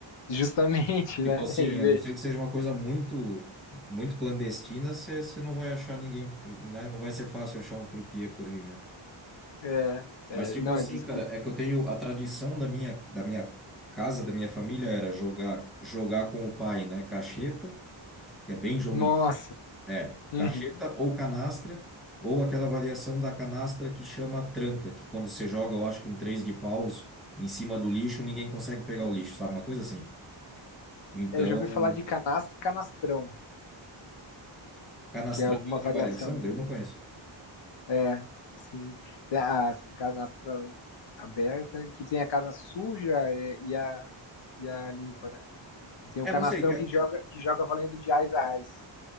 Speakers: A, on the left; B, in the centre.
A: Justamente,
B: Tipo
A: né?
B: assim,
A: <laughs>
B: a não ser que seja uma coisa muito, muito clandestina, você você não vai achar ninguém, né? Não vai ser fácil achar um croupier por aí, né?
A: É, é,
B: Mas tipo
A: não,
B: assim,
A: ele disse
B: cara,
A: que...
B: é que eu tenho a tradição da minha, da minha casa, da minha família era jogar, jogar com o pai, né? Cacheta, que é bem jogo
A: Nossa.
B: É,
A: Uhum.
B: cacheta ou canastra, ou aquela variação da canastra que chama tranca, que quando você joga, eu acho que um três de paus em cima do lixo, ninguém consegue pegar o lixo, sabe? Uma coisa assim. Então,
A: Eu já ouvi falar de canastra e canastrão.
B: canastrão
A: que é alguma
B: é outra
A: variação
B: variação,
A: também.
B: eu não conheço.
A: É, sim. Tem a canastra aberta, que tem a casa suja e, e a, e a limpa, né? E tem o
B: É,
A: canastrão
B: não sei, que- é
A: que joga, que joga valendo de ais a ais.